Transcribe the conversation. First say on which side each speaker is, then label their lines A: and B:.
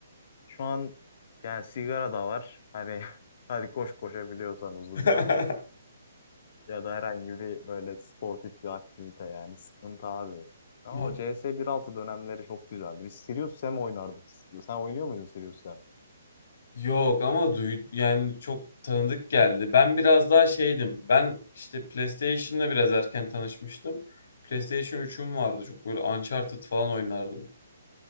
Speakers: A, on the left; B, on the left.
A: şu an yani sigara da var. Hani <laughs> hadi koş koşabiliyorsan uzun
B: <laughs>
A: yani. Ya da herhangi bir böyle sportif bir aktivite yani sıkıntı abi. Ama
B: Ha,
A: o C S bir altı dönemleri çok güzeldi. Biz Serious Sam oynardık. Sen oynuyor muydun Serious Sam?
B: Yok ama duy yani çok tanıdık geldi. Ben biraz daha şeydim. Ben işte PlayStation'la biraz erken tanışmıştım. PlayStation üçüm vardı. Çok böyle Uncharted falan oynardım.